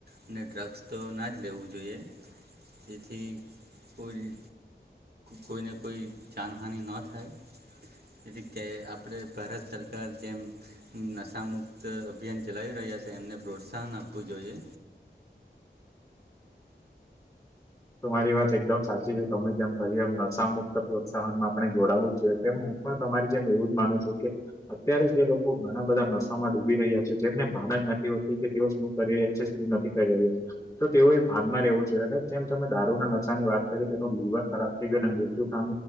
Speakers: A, on the right; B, on the left.
A: અને ડ્રગ્સ તો ના જ લેવું જોઈએ જેથી કોઈ કોઈને કોઈ જાનહાની ન થાય તેથી કે આપણે ભારત સરકાર જેમ નશામુક્ત અભિયાન ચલાવી રહ્યા છે એમને પ્રોત્સાહન આપવું જોઈએ.
B: તમારી વાત એકદમ સાચી છે તમે જેમ કહ્યું એમ નશા મુક્ત પ્રોત્સાહન માં આપણે જોડાવું જ જોઈએ તેમ પણ તમારી જેમ એવું જ માનું છું કે અત્યારે જે લોકો ઘણા બધા નશામાં ડૂબી રહ્યા છે જેમને ભાન જ નથી હોતી કે તેઓ શું? કરી રહ્યા છે શું નથી કરી રહ્યો તો તેઓ એ ભાનમાં રહેવું જોઈએ ને તેમ તમે દારૂ ના નશાની વાત કરી તેનું લીવર ખરાબ થઈ ગય અને મૃત્યુ પામ